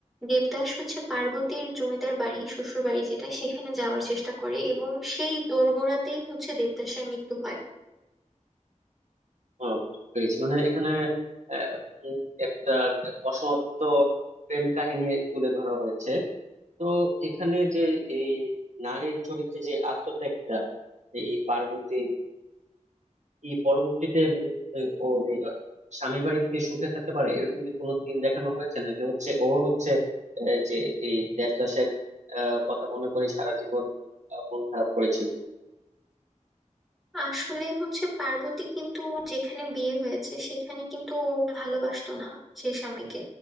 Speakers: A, in the centre; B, on the right.
A: দেবদাস হচ্ছে পার্বতীর জমিদার বাড়ি শ্বশুর বাড়ি যেটা সেখানে যাওয়ার চেষ্টা করে এবং সেই দোরগোড়াতেই হচ্ছে দেবদাসের মৃত্যু হয়
B: আহ, বুঝতে পেরেছি মানে এখানে আহ, উম, একটা অসমাপ্ত প্রেম কাহিনী তুলে ধরা হয়েছে তো এখানে যে এই নারীর চরিত্রে যে আত্মত্যাগটা এই পার্বতী এই পরবর্তীতে উম, ওর স্বামীর বাড়ি থেকে সুখে থাকতে পারে এরকম কি কোনো সিন দেখানো হয়েছে নাকি হচ্ছে ও হচ্ছে আহ, যে এই দেবদাসের আহ, কথা মনে করে সারা জীবন আহ, মন খারাপ করেছিল
A: আসলে হচ্ছে পার্বতী কিন্তু যেখানে বিয়ে হয়েছে সেখানে কিন্তু ও ভালোবাসতো না সেই স্বামীকে